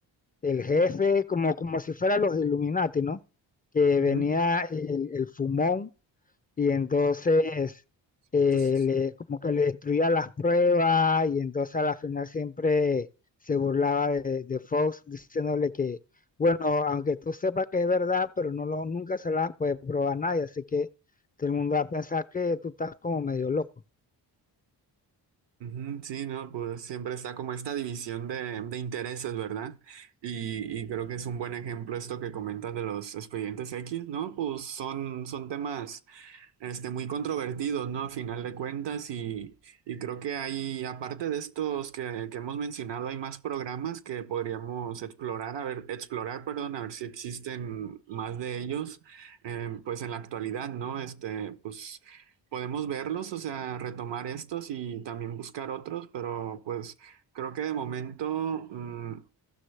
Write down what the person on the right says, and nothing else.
ujú.
<laughs>
Ujú, Sí, no, pues siempre está como esta división de, de intereses, ¿verdad? Y, y creo que es un buen ejemplo esto que comentas de los expedientes X, ¿no? Pues son, son temas este, muy controvertidos, ¿no? A final de cuentas, y, y creo que hay, aparte de estos que, que hemos mencionado, hay más programas que podríamos explorar, a ver, explorar, perdón, a ver si existen más de ellos, eh, pues en la actualidad, ¿no? Este, pues podemos verlos, o sea, retomar estos y también buscar otros, pero pues creo que de momento, mm,